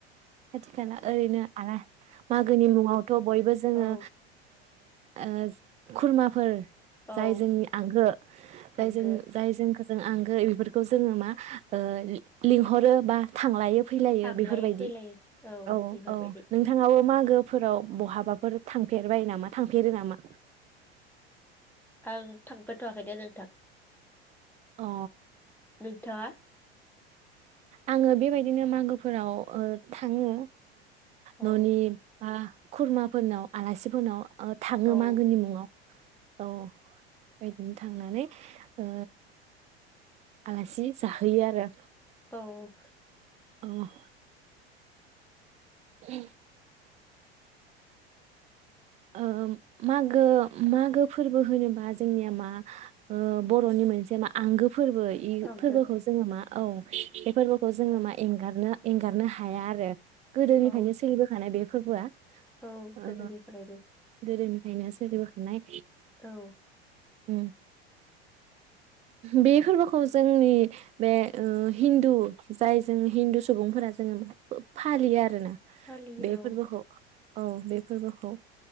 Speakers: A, on the right (about 20°); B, in the centre.
A: खाथि खाला ओरैनो आरो मागोनि मुङावथ बयबो जोङो।
B: औ
A: ओ खुरमाफोर
B: औ
A: जाय जोंनि आंगो जाय
B: थांगो
A: जों जाय जों जों आंगो इफोरखौ जोङो मा ओ लिंहरो बा थांलायो फैलायो
B: थांलाय
A: बे
B: फैलाय
A: औ
B: बेफोरबायदि
A: औ नोंथाङाबो माागो फोराव बहाबाफोर थांफेरबाय नामा थांफेरो नामा
B: आं थांफाथवाखै दे नोंथां।
A: अ
B: नोंथाङा
A: आङो बेबायदिनो मागोफोराव थाङो।
B: औ
A: ननि मा खुरमाफोरनाव आलासिफोरनाव। ओ थाङो
B: औ
A: मागोनि मुङाव औ बेदिनो थांनानै ओ आलासि साहय आरो।
B: औ
A: अह उ ओ मागो मागो फोरबो होनोबा जोंनिया मा ओ बर' नि मोनसे मा आंगो फोरबो इ
B: आंबो
A: फोरबोखौ जोङो मा औ। फोरबोखौ जोङो
B: औ
A: मा एंगारनो। एंगारनो हाया आरो। गोदोनिफ्रायनो
B: औ
A: सोलिबोखानाय बे। फोरबोआ।
B: औ
A: ओ
B: गोदोनिफ्रायनो।
A: गोदोनिफ्रायनो सोलिबोखानाय
B: औ
A: उम बे फोरबोखौ जोंनि बे हिन्दु जाय जों हिन्दु सुबुंफोरा जोङो फालियो आरोना।
B: फालियो
A: बे फोरबोखौ
B: औ
A: औ बे फोरबोखौ।